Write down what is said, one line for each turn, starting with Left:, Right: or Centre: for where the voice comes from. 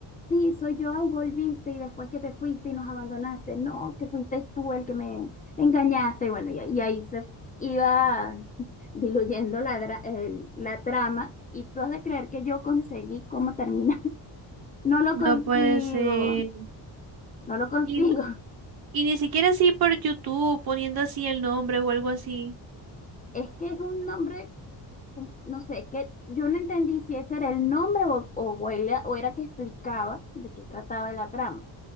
Left: sí, soy yo, ay, volviste y después que te fuiste y nos abandonaste, no, que fuiste tú el que me engañaste. Y Bueno, y, y ahí se iba diluyendo la, dra- el- la trama y tú has de creer que yo conseguí cómo terminar. <laughs> No lo
Right: No
Left: consigo,
Right: puede ser.
Left: no lo consigo.
Right: Y, no- y ni siquiera así por YouTube, poniendo así el nombre o algo así.
Left: Es que es un nombre como- no sé, que yo no entendí si ese era el nombre o, o, era, o era que explicaba de qué trataba la trama.